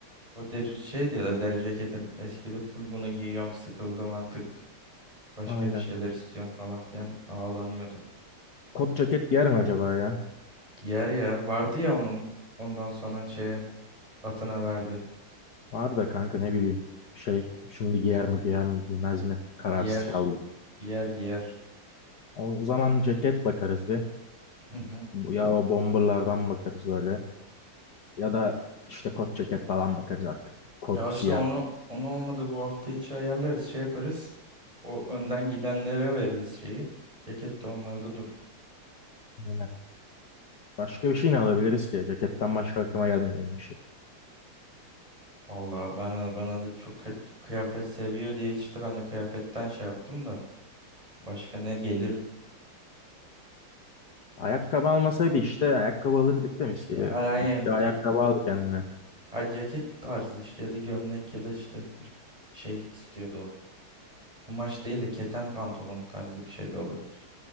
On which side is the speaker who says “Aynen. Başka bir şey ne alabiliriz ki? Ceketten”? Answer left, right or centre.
Left